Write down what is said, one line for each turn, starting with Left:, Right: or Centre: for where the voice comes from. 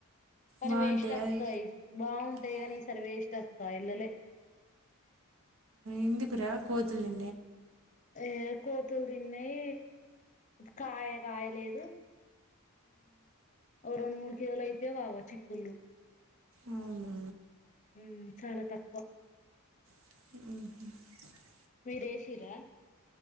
Left: కానీ
Right: బాగుంటాయి
Left: వేస్ట్ అక్కాయి
Right: అది
Left: బాగుంటాయి
Right: ఆ,
Left: కాని సర్వే ఇష్ట అక్క ఇల్లలే
Right: ఎందుకురా కోతులుడి
Left: ఏ కోతులు తిన్నాయి కాయ కాయలేదు ఓ రెండు మూడు కిలోలు అయితేయో కావో చిక్కుళ్లుు
Right: అవునా
Left: హుమ్ చాలా తక్కువ
Right: <inaudible>
Left: మీరేేశిరా